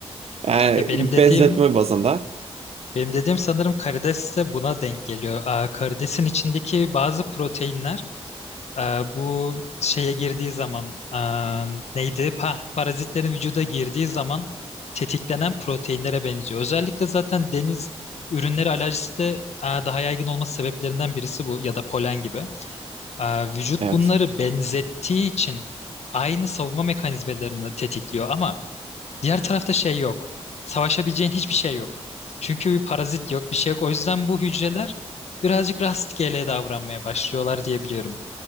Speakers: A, on the right (about 65°); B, on the left (about 75°).
A: Yani
B: Ya benim dediğim
A: benzetme bazında.
B: benim dediğim sanırım karides de buna denk geliyor. Ee, karidesin içindeki bazı proteinler Ee, bu şeye girdiği zaman ee, neydi? Pa, parazitlerin vücuda girdiği zaman tetiklenen proteinlere benziyor. Özellikle zaten deniz ürünleri alerjisi de ee, daha yaygın olması sebeplerinden birisi bu ya da polen gibi. Ee, vücut
A: Evet.
B: bunları benzettiği için aynı savunma mekanizmalarını tetikliyor ama diğer tarafta şey yok. Savaşabileceğin hiçbir şey yok. Çünkü bir parazit yok, bir şey yok. O yüzden bu hücreler birazcık rastgele davranmaya başlıyorlar diyebiliyorum.